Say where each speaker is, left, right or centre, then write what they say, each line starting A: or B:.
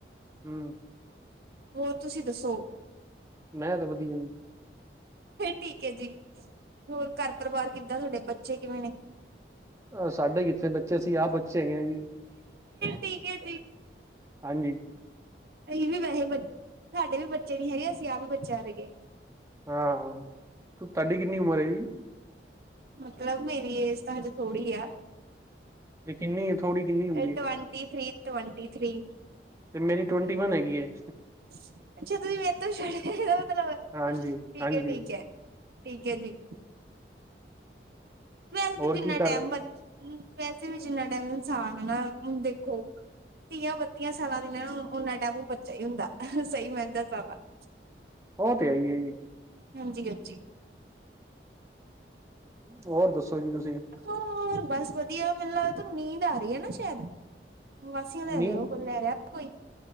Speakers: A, on the right (about 15°); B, on the right (about 60°).
A: ਹਮ।
B: ਹੋਰ ਤੁਸੀਂ ਦੱਸੋ?
A: ਮੈਂ ਤਾਂ ਵਧੀਆ ਜੀ।
B: ਠੀਕ ਹੈ ਜੀ। ਹੋਰ ਘਰ ਪਰਿਵਾਰ ਕਿੱਦਾਂ, ਤੁਹਾਡੇ ਬੱਚੇ ਕਿਵੇਂ ਨੇ?
A: ਅਹ ਸਾਡੇ ਕਿੱਥੇ ਬੱਚੇ, ਅਸੀਂ ਆਪ ਬੱਚੇ ਹੈਗੇ ਆ ਜੀ।
B: ਠੀਕ ਹੈ ਜੀ।
A: ਹਾਂਜੀ।
B: ਅਸੀਂ ਵੀ ਵੈਸੇ ਬ ਸਾਡੇ ਵੀ ਬੱਚੇ ਨੀ ਹੈਗੇ, ਅਸੀਂ ਆਪ ਵੀ ਬੱਚਾ ਵਰਗੇ।
A: ਹਾਂ, ਤੂੰ ਤੁਹਾਡੀ ਕਿੰਨੀ ਉਮਰ ਹੈ ਜੀ?
B: ਮਤਲਬ ਮੇਰੀ ਏਜ ਤਾਂ ਹਜੇ ਥੋੜੀ ਆ।
A: ਤੇ ਕਿੰਨੀ ਥੋੜੀ ਕਿੰਨੀ ਹੁੰਦੀ ਹੈ
B: ਟਵੰਟੀ ਥ੍ਰੀ, ਟਵੰਟੀ ਥ੍ਰੀ।
A: ਤੇ ਮੇਰੀ ਟਵੈਂਟੀ ਵਨ ਹੈਗੀ ਹੈ।
B: ਅਈਅਅੱਛਾ ਤੁਸੀਂ ਮੇਰੇ ਤੋਂ ਵੀ ਛੋਟੇ ਏਦਾ ਮਤਲਬ,
A: ਹਾਂਜੀ,
B: ਠੀਕ
A: ਹਾਂਜੀ
B: ਹੈਅ ਠੀਕ ਹੈ। ਠੀਕ ਹੈ ਜੀ। ਵੈਸੇ
A: ਹੋਰ
B: ਤਾਂ ਜਿੰਨਾ
A: ਕੀ ਕਰ
B: ਟਾਈਮ
A: ਰਹੇ
B: ਬ ਵੈਸੇ ਵੀ ਜਿੰਨਾ ਟਾਈਮ ਇਨਸਾਨ ਹੈ ਨਾ, ਹੁਨ ਦੇਖੋ ਤੀਆਂ- ਬੱਤੀਆਂ ਸਾਲਾਂ ਦੀ ਇਹ ਉਹਨਾ ਟਾਈਮ ੳਹ ਬੱਚਾ ਹੀ ਹੁੰਦਾ। ਸਹੀ ਮਹਿੰਦਾ ਸਾਰਾ <inaudible>
A: ਉਹ ਤੇ ਹੈਈ ਹੈ ਜੀ।
B: ਹਾਂਜੀ- ਹਾਂਜੀ।
A: ਹੋਰ ਦੱਸੋ ਜੀ ਤੁਸੀਂ?
B: ਹੋਰ ਬਸ ਵਧੀਆ, ਮੈਨੂੰ ਲਗਦਾ ਨੀਂਦ ਆ ਰਹੀ ਹੈ ਨਾ ਸ਼ਾਇਦ ਵਾਾਸੀਆਂ ਲੈ
A: ਨੀ
B: ਰਹੇ ਹੋ। ਲੈ ਰਿਹਾ ਕੋਈ।